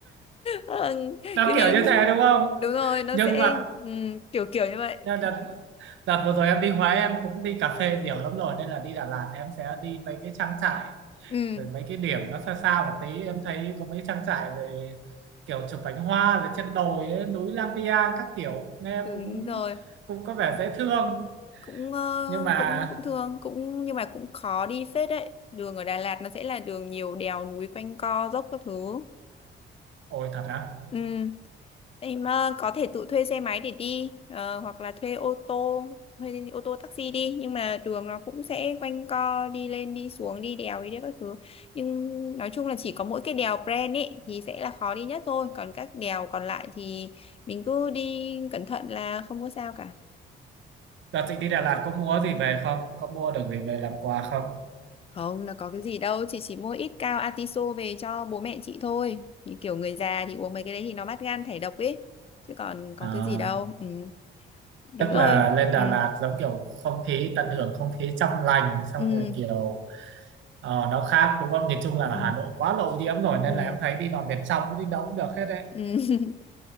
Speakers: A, on the left; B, on the right.
A: Vâng, cái
B: nó kiểu
A: phim
B: như thế đúng không
A: đúng rồi nó
B: nhưng
A: sẽ
B: mà
A: ừm, kiểu kiểu như vậy
B: nhưng đợt đợt vừa rồi em đi Huế em cũng đi cà phê nhiều lắm rồi nên là đi Đà Lạt em sẽ đi mấy cái trang trại
A: ừ,
B: rồi mấy cái điểm nó xa xa một tí em thấy có mấy trang trại rồi kiểu chụp cánh hoa rồi trên đồi ấy, núi Lang Biang các kiểu nghe
A: đúng
B: cũng
A: rồi
B: cũng có vẻ dễ thương
A: cũng ờ,
B: nhưng mà
A: cũng cũng thương cũng nhưng mà cũng khó đi phết đấy đường ở Đà Lạt nó sẽ là đường nhiều đèo núi quanh co dốc các thứ
B: ôi thật á
A: Ừ, Em ờ, có thể tự thuê xe máy để đi ờ, hoặc là thuê ô tô, thuê ô tô taxi đi nhưng mà đường nó cũng sẽ quanh co đi lên đi xuống đi đèo đi đấy các thứ. Nhưng nói chung là chỉ có mỗi cái đèo Pren ấy thì sẽ là khó đi nhất thôi, còn các đèo còn lại thì mình cứ đi cẩn thận là không có sao cả.
B: đợt chị đi Đà Lạt có mua gì về không có mua được gì về làm quà không
A: Không là có cái gì đâu, chị chỉ mua ít cao atiso về cho bố mẹ chị thôi. Như kiểu người già thì uống mấy cái đấy thì nó mát gan thải độc ấy, chứ còn có
B: à
A: cái gì đâu. Ừ, đúng
B: Tức
A: rồi.
B: là lên Đà
A: Ừ.
B: Lạt giống kiểu không khí tận hưởng không khí trong lành xong
A: Ừ.
B: rồi kiểu ờ, nó khác đúng không? Nhìn chung là
A: ừ.
B: Hà Nội quá là ô rồi nên
A: Ừ.
B: là em thấy đi vào miền trong đi đâu cũng được hết đấy.
A: Ừ. <laughs>